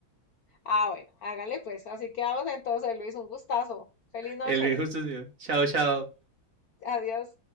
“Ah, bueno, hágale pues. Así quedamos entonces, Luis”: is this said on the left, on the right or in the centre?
Left